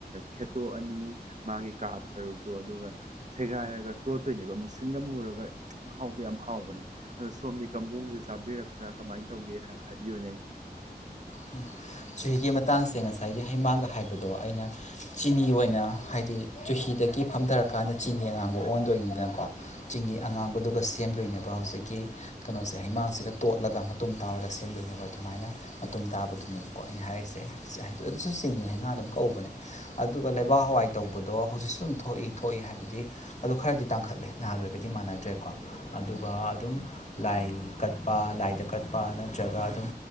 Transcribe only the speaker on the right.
ꯈꯦꯠꯇꯣꯛꯑꯅꯤ ꯃꯥꯒꯤ ꯀꯥꯕ ꯁꯔꯨꯛ ꯑꯗꯣ ꯑꯗꯨꯒ ꯁꯦꯒꯥꯏꯔꯒ ꯇꯣꯠꯇꯣꯏꯅꯦꯕ ꯃꯨꯁꯤꯟꯒ ꯃꯨꯔꯒ ꯃꯍꯥꯎꯗꯣ ꯌꯥꯝ ꯍꯥꯎꯕꯅꯦ ꯑꯗꯣ ꯁꯣꯝꯗꯤ ꯀꯝꯕꯣꯡꯁꯦ ꯆꯥꯕꯤꯔꯛꯄ꯭ꯔꯥ ꯀꯃꯥꯏꯅ ꯇꯧꯒꯦ ꯍꯥꯏꯕ ꯍꯥꯏꯕꯤꯌꯨꯅꯦ